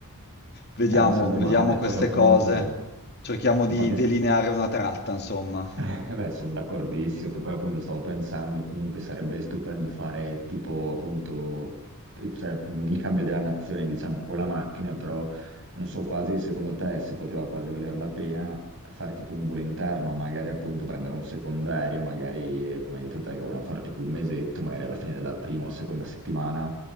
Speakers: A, on the left; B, on the right.
A: vediamo,
B: Eh, non sarebbe male.
A: vediamo queste
B: Poi appunto,
A: cose, cerchiamo di
B: infatti
A: delineare
B: st-
A: una tratta, insomma.
B: Eh, Beh, sono d'accordissimo, che poi appunto stavo pensando, comunque sarebbe stupendo fare tipo appunto eh, cioè, mh, il cambio della nazione, diciamo, con la macchina, però non so quasi secondo te se poteva quasi valer la pena fare tipo un volo interno, magari appunto prendere un secondario, magari eh, come hai detto te che vogliamo fare tipo un mesetto, magari alla fine della prima o seconda settimana,